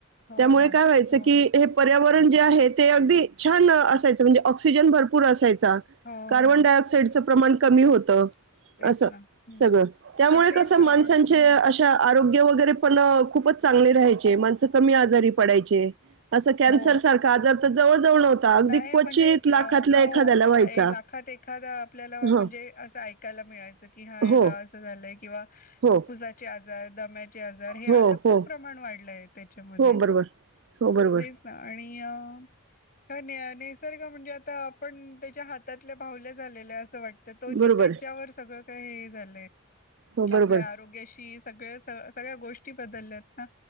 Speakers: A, on the left; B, on the right.
A: हो
B: त्यामुळे
A: ना
B: काय व्हायचं
A: हो
B: की हे पर्यावरण <unintelligible> जे आहे ते अग छान असायच म्हणजे ऑक्सिजन भरपूर असायच. कार्बनडाय
A: हो हो
B: ऑक्साईड च प्रमाण कमी होतं.
A: तेच
B: अस
A: ना हम्म
B: सगळं त्यामुळे
A: पण तेच
B: कस माणसांचे
A: आपण हो
B: अशा आरोग गे वगैरे पण खूपच चांगले राहायचे माणसं कमी आजारी पडायचे. असं कॅन्सर
A: हो
B: सारखा आजार तर जवळ जवळ नव्हता. अगदी
A: नाही
B: क्वचित
A: म्हणजे
B: लाखातल्या
A: हो
B: एखाद्याला
A: अ
B: व्हायचा.
A: लाखात एखाद आपल्याला.
B: हं.
A: म्हणजे असं ऐकायला मिळायचं. कि हा याला
B: हो.
A: असं झालंय. किंवा
B: हो.
A: फु्ुफुसाचे आज जाय दमॅ चे आजार हे आता
B: हो.
A: खूप
B: हो.
A: प्रमाण वाढय त्याच्यामध्ये.
B: हो. बरोबर. हो. बरोबर.
A: तेच ना आणि. निअ त निअ नेसर्ग म्हणजे आता आपण त्याच्या हातातल्या बाहुल्या झालेल्या असं वाट तर तो
B: बरोबर
A: त्याच्यावर
B: आहे.
A: सगळं काही हे झालंय
B: हो. बरोबर.
A: आपल्या आरोग्याशी सगळ. त सगळ्या गोष्टी बदलल्यात ना,